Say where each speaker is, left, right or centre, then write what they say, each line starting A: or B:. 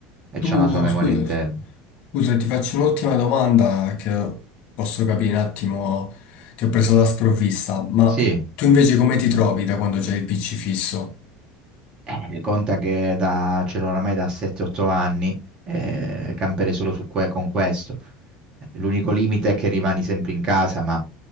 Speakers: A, on the right; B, on the left.
A: e c'ha
B: Tu,
A: una sua memoria
B: scusa.
A: interna.
B: Scusa, ti faccio un'ultima domanda che posso capire un attimo, ti ho preso da sprovvista, ma
A: Sì.
B: tu invece come ti trovi da quando c'è il PC fisso?
A: Eh, conta che da, ce l'ho oramai da 7-8 anni, eh, camperei solo su que- con questo. L'unico limite è che rimani sempre in casa, ma